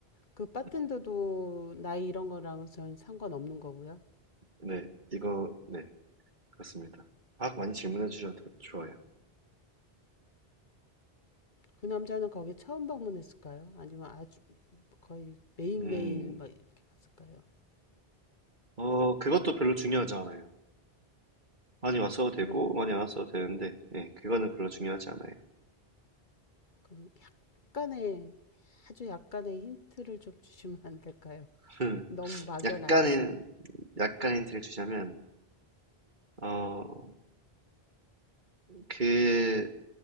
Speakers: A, on the left; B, on the right.
A: 그 바텐더도
B: 음.
A: 나이 이런 거랑 전 상관없는 거고요.
B: 네, 이거, 네. 그렇습니다. 막 많이 질문해 주셔도 좋아요.
A: 그 남자는 거기 처음 방문했을까요? 아니면 아주 거의 매일매일
B: 음,
A: 막 이렇게 갔을까요?
B: 어, 그것도 별로 중요하지 않아요. 많이 왔어도 되고,
A: 그럼,
B: 많이 안 왔어도 되는데, 예, 그거는 별로 중요하지 않아요.
A: 그럼 약간의, 아주 약간의 힌트를 좀 주시면 안 될까요? <laughs>
B: <laughs>
A: 너무 막연한데.
B: 약간의, 약간 힌트를 주자면, 어, 그